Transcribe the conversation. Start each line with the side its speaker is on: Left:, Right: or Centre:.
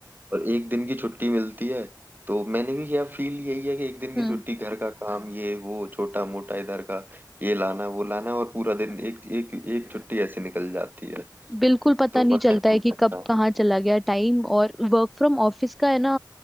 Right: और एक दिन की छुट्टी मिलती है तो मैंने भी किया फील यही है कि एक दिन की
Centre: हम्म
Right: छुट्टी घर का काम ये वो छोटा मोटा इधर का ये लाना वो लाना और पूरा दिन एक एक एक छुट्टी ऐसे निकल जाती है
Centre: बिल्कुल पता
Right: तो
Centre: नहीं
Right: पता
Centre: चलता
Right: नहीं
Centre: है
Right: चलता
Centre: कि कब कहाँ चला गया टाइम और वर्क फ्रॉम ऑफिस का है ना